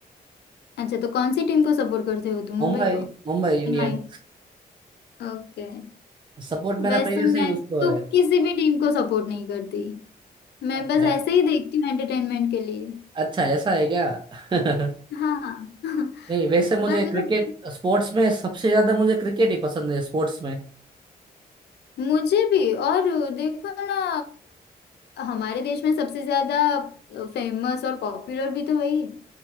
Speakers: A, on the left; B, on the right.
A: अच्छा तो कौन सी टीम को सपोर्ट करते हो तुम मुंबई
B: मुंबई
A: को
B: मुंबई इंडियन
A: एमआई ओके
B: सपोर्ट
A: वैसे
B: मेरा पहले
A: मैं
B: से ही उसको
A: तो
B: है
A: किसी भी टीम को सपोर्ट नहीं करती मैं
B: अच्छा
A: बस ऐसे ही देखती हूँ एंटरटेनमेंट के लिए
B: अच्छा, ऐसा है क्या <laughs>
A: हाँ <laughs>
B: नहीं वैसे मुझे
A: मतलब
B: क्रिकेट स्पोर्ट्स में सबसे ज्यादा मुझे क्रिकेट ही पसंद है स्पोर्ट्स में
A: मुझे भी और देखो ना अ, हमारे देश में सबसे ज्यादा फेमस और पॉपुलर भी तो वही है